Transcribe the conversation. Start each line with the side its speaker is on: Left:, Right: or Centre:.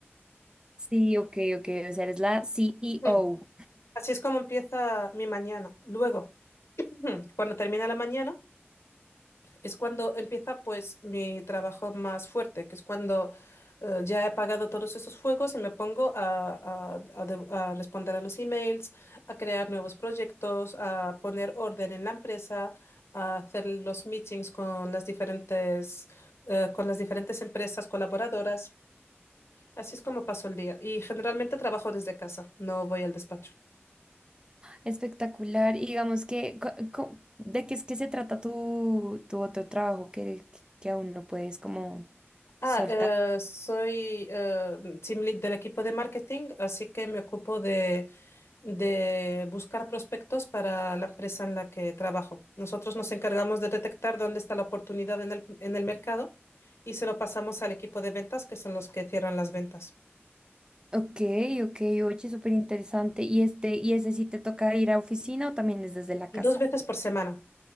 Right: Sí, ok, ok, o sea, eres la CEO.
Left: Mm. Así es como empieza mi mañana. Luego. Ujú. Cuando termina la mañana es cuando empieza pues mi trabajo más fuerte, que es cuando eh, ya he apagado todos esos fuegos y me pongo a, a- a de- a responder a los emails, a crear nuevos proyectos, a poner orden en la empresa, a hacer los meetings con las diferentes, eh, con las diferentes empresas colaboradoras. Así es como paso el día y generalmente trabajo desde casa, no voy al despacho.
Right: Espectacular. Y digamos que, co- co- ¿de qué es que se trata tu, tu otro trabajo que, que aún no puedes como
Left: Ah,
Right: soltar?
Left: eh, soy eh, team lead del equipo de marketing, así que me ocupo de, de buscar prospectos para la empresa en la que trabajo. Nosotros nos encargamos de detectar dónde está la oportunidad en el, en el mercado y se lo pasamos al equipo de ventas, que son los que cierran las ventas,
Right: Ok, ok, oye, súper interesante. ¿Y este, y ese sí te toca ir a oficina o también es desde la
Left: dos
Right: casa?
Left: veces por semana.